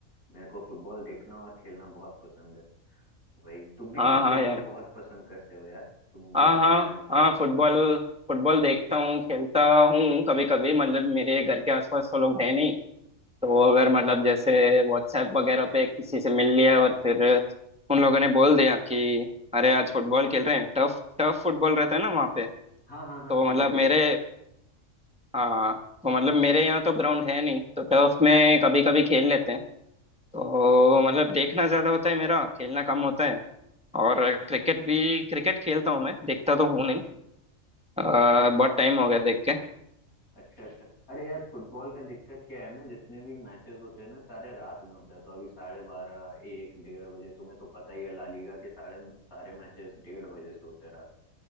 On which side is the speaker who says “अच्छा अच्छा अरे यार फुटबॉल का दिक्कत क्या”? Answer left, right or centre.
Left